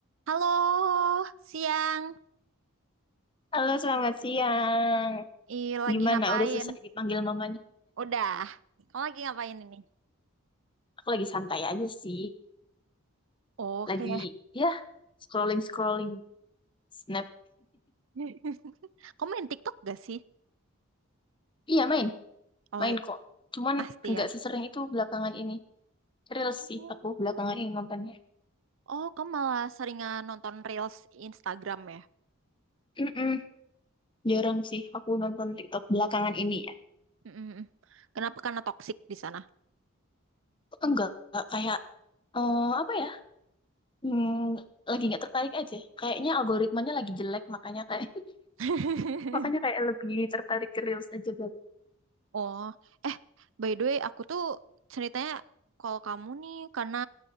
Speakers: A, on the right; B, on the left.
A: Halo, siang.
B: Halo, selamat siang.
A: Ih, lagi
B: Gimana?
A: ngapain?
B: Udah selesai dipanggil mamanya?
A: Udah. Kamu lagi ngapain ini?
B: Aku lagi santai aja sih.
A: Oke.
B: Lagi, ya, scrolling-scrolling snap.
A: <laughs> Kamu main TikTok gak sih?
B: Iya, main.
A: Oh,
B: Main kok. Cuman
A: pasti
B: nggak
A: ya.
B: sesering itu belakangan ini. Reels
A: Oh,
B: sih aku belakangan ini nontonnya.
A: Oh, kamu malah seringan nonton Reels Instagram ya?
B: Mm-mm, jarang
A: Mm,
B: sih aku nonton TikTok belakangan ini ya.
A: mm, mm, mm. Kenapa? Karena toksik di sana.
B: Enggak, enggak kayak, eh, apa ya, hmm, lagi nggak tertarik aja. Kayaknya algoritmanya lagi jelek, makanya kayak <laughs>
A: <laughs>
B: makanya kayak lebih tertarik ke Reels aja belakangan.
A: Oh, eh, by the way, aku tuh ceritanya kalau kamu nih karena